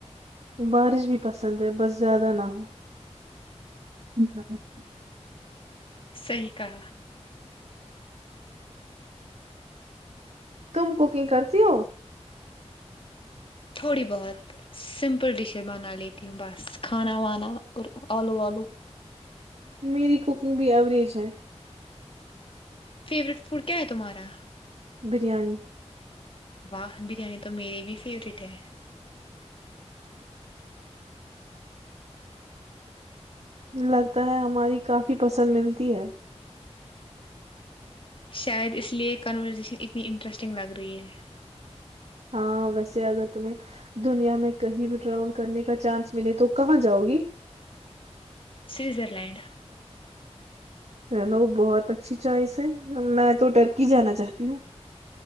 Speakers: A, on the right; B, on the left.
A: بارش بھی پسند ہے بس زیادہ نہ ہو جیس
B: صی کا
A: تم کوکنگ کرتی ہو
B: تھوڑی بہت سمپل ڈشر بنانے لییتے بس کھانا وانا اور آلو والو
A: میری کوکنگ بھی ایوریج ہے
B: فیورٹ فوڈ کیا ہے تمہارا
A: بریانی
B: واہ بریانی تو میرری بھی فیورورٹ ہے
A: لگتا ہے ہماری کافی پسند ملتی ہے
B: شاید اس لیے کنورزیشن اتنی انٹرسٹنگ لگ رہی ہے
A: ہاں ویسے اگر تمہیں دنیا میں کہیں بھی ٹریول کرنے کا چانس ملے تو کہاں جاؤ گی
B: سوزر لینڈ
A: چلو بہت اچھی چوائس ہے میں تو ٹرکی جانا چاہتی ہوں